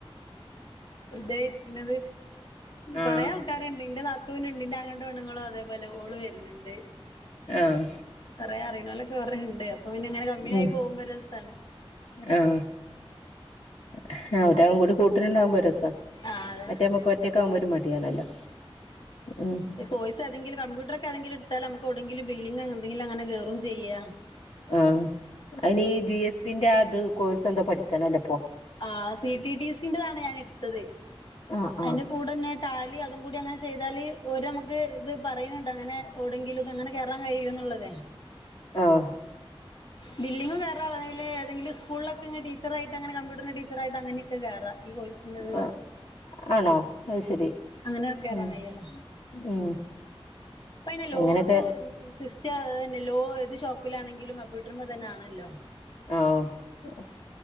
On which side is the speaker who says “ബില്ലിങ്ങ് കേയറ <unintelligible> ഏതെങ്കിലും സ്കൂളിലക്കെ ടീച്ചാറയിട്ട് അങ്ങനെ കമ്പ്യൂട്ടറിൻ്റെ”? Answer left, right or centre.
Left